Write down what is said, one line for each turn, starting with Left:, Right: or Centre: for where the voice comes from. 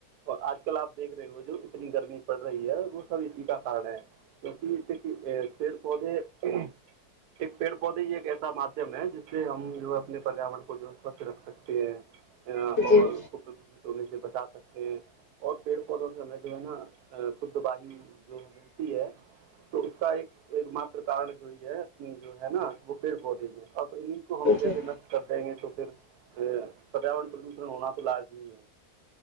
Right: اور آج کل آپ دیکھ رہے ہو جو نی گرمی پڑ رہی ہے وہ سب اسی کا کارن ہے کیکہ پڑ وہ بھی ایک پیڑ پودے ایک ایسا مادھیم ہے جس سے ہم جو ہے اپنے پریاورر کو جو ہے سوچھ رکھ سکتے ہیں
Left: جی
Right: اور
Left: جی
Right: کو پردوشت ہونے سے بچا سکتے ہیں اور پیڑ پودوں سے ہمیں جو ہے نا شھ وایو جو ہے ملتی ہے تو اس کا ایک ایک مات کارن جو یہ ہے جو ہے نا وہ پیڑ پودے میں اور انیں ہم جیسے
Left: جی
Right: نشٹ کرتےیں گے تو پھر پریاورن پردوشن ہونا تو لازمی ہے